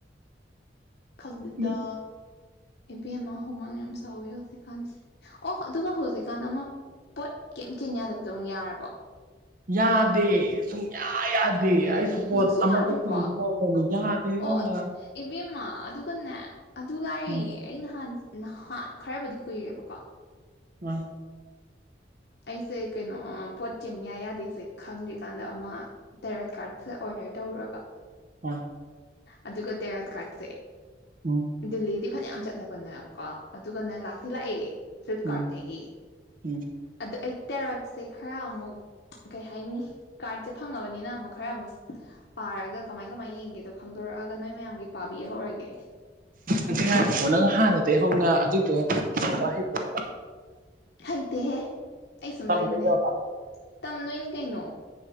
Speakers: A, on the left (about 65°); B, on the right (about 50°).
A: ꯈꯪꯗꯗ
B: ꯃꯤ
A: ꯏꯕꯦꯝꯃ ꯍꯨꯃꯥꯡ ꯌꯥꯝ ꯁꯥꯎꯋꯦ ꯍꯧꯖꯤꯛꯀꯥꯟꯁꯦ ꯑꯣ ꯑꯗꯨꯒ ꯍꯧꯖꯤꯛꯀꯥꯟꯗ ꯑꯃ ꯄꯣꯠ ꯀꯩꯝꯇꯦꯟ ꯌꯥꯗꯕꯗꯣꯝꯛ ꯌꯥꯔꯕꯣ
B: ꯌꯥꯗꯦ ꯁꯨꯡꯌꯥ ꯌꯥꯗꯦ ꯑꯩꯁꯨ
A: ꯍꯧꯖꯤꯛꯁꯨ
B: ꯄꯣꯠ ꯑꯃꯠꯇ
A: ꯌꯥꯗ꯭ꯔꯤꯔꯤꯕꯣ
B: ꯆꯦꯟꯖ ꯇꯧꯔꯛꯄꯅꯤ ꯌꯥꯗꯦ ꯏꯕꯦꯝꯃ
A: ꯑꯣ ꯏꯕꯦꯝꯃ ꯑꯗꯨꯒꯅꯦ ꯑꯗꯨ ꯂꯥꯏꯔꯤꯌꯦ
B: ꯎꯝ
A: ꯑꯩ ꯅꯍꯥꯟ ꯅꯍꯥꯟ ꯈꯔꯕꯨꯗꯤ ꯀꯨꯏꯔꯦꯕꯀꯣ
B: ꯑ
A: ꯑꯩꯁꯦ ꯀꯩꯅꯣ ꯄꯣꯠ ꯆꯦꯟꯌꯥ ꯌꯥꯗꯦꯁꯦ ꯈꯪꯗ꯭ꯔꯤꯀꯥꯟꯗ ꯑꯃ ꯇꯦꯔꯣꯠ ꯀꯥꯔꯠꯁꯦ ꯑꯣꯔꯗꯔ ꯇꯧꯔꯨꯔꯕ
B: ꯑ
A: ꯑꯗꯨꯒ ꯇꯦꯋꯥꯠ ꯀꯥꯠꯁꯦ
B: ꯎꯝ
A: ꯗꯤꯜꯂꯤꯗꯤ ꯐꯅꯌꯥꯝ ꯆꯠꯂꯕꯅꯦꯕꯀꯣ ꯑꯗꯨꯒ ꯅ ꯂꯥꯛꯇꯤ ꯂꯥꯛꯑꯦ ꯐ꯭ꯂꯤꯞꯀꯥꯔꯗꯠꯇꯒꯤ
B: ꯎꯝ ꯎꯝ
A: ꯑꯗꯨ ꯑꯩ ꯇꯦꯔꯣꯠꯁꯦ ꯈꯔ ꯑꯃꯨꯛ ꯀꯩ ꯍꯥꯏꯅꯤ ꯀꯥꯔꯠꯁꯦ ꯐꯪꯉꯕꯅꯤꯅ ꯑꯃꯨꯛ ꯈꯔ ꯑꯃꯨꯛ ꯄꯥꯔꯒ ꯀꯃꯥꯏ ꯀꯃꯥꯏꯅ ꯌꯦꯡꯒꯦꯗꯣ ꯈꯪꯗꯣꯔꯛꯑꯒ ꯅꯣꯏ ꯃꯌꯥꯝꯒꯤ ꯄꯥꯕꯤ ꯍꯧꯔꯒꯦ
B: ꯉ ꯉꯄꯣ ꯅꯪ ꯍꯥꯟꯅꯗꯒꯤ ꯍꯧꯅ ꯑꯗꯨꯗꯣ ꯍꯩꯕ
A: ꯍꯩꯇꯦꯍꯦ ꯑꯩ ꯁꯨꯝ
B: ꯇꯝꯗꯣꯏꯔꯕ
A: ꯂꯩꯕꯅꯦ ꯇꯝꯗꯣꯏꯅꯤ ꯀꯩꯅꯣ